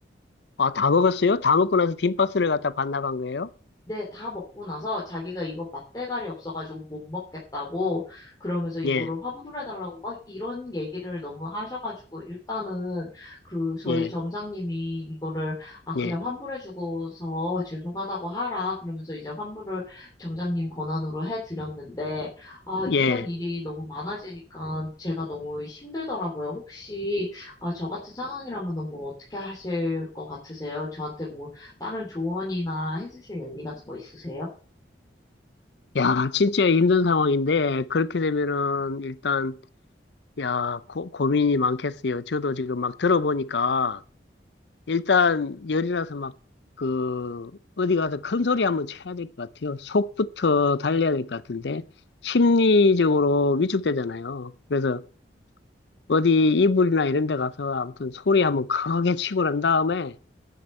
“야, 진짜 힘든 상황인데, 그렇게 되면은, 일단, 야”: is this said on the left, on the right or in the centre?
Left